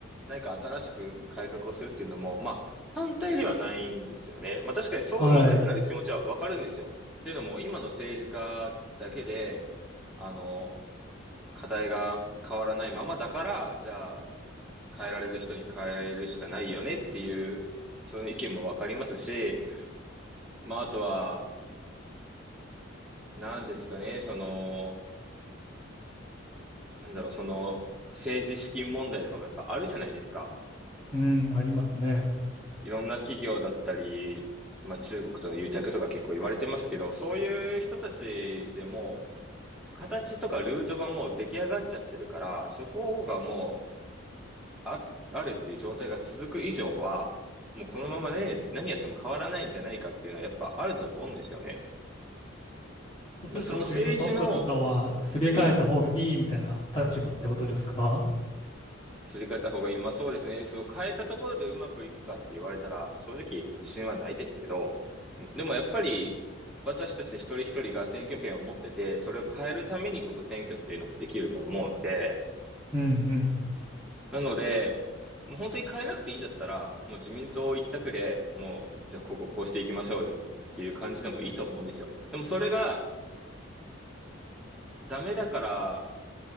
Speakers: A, in the centre; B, on the left.
A: 何か新しく改革をするっていうのも、まあ、反対ではないんですよね。まあ、確かにそう言いたくなる気持ちはわかるんですよ。
B: はい。
A: というのも、今の政治家だけで、あの、課題が変わらないままだから、じゃあ、変えられる人に変えるしかないよねっていう、その意見もわかりますし、まあ、あとは、なんですかね、その、なんだろう、その、政治資金問題とかもやっぱあるじゃないですか。
B: うん、ありますね。
A: いろんな企業だったり、まあ中国との癒着とか結構言われてますけど、そういう人たちでも、形とかルートがもう出来上がっちゃってるから、そこがもう、あ、あるっていう状態が続く以上は、もうこのままね、何やっても変わらないんじゃないかっていうのはやっぱあると思うんですよね。
B: そうすると国のトップとかはすげ替えた方がいいみたいな立場ってことですか
A: まあその政治の、うん。すり替えた方がいい。まあそうですね。そう変えたところでうまくいくかって言われたら、正直自信はないですけど、でもやっぱり私たち一人一人が選挙権を持ってて、それを変えるためにこそ選挙っていうのもできると思うので、
B: うんうん。
A: なので、もう本当に変えなくていいんだったら、もう自民党一択で、もう、じゃあこここうしていきましょうよっていう感じでもいいと思うんですよ。でもそれがダメだから